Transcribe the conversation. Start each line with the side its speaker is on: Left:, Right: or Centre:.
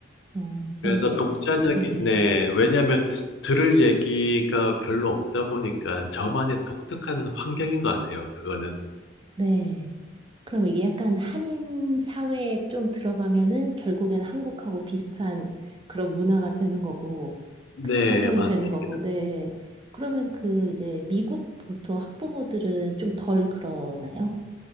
Right: 어, 그럼
Left: 그래서
Right: 이제,
Left: 독자적인,
Right: 네,
Left: 네. 왜냐하면 들을 얘기가 별로 없다 보니까 저만의 독특한 환경인 것 같아요. 그거는.
Right: 네. 그럼 이게 약간 한인 사회에 좀 들어가면은 결국엔 한국하고 비슷한 그런 문화가 되는 거고,
Left: 네,
Right: 그쵸, 환경이
Left: 맞습니다.
Right: 되는 거고, 네. 그러면 그 이제 미국 보통 학부모들은 좀 덜 그러나요?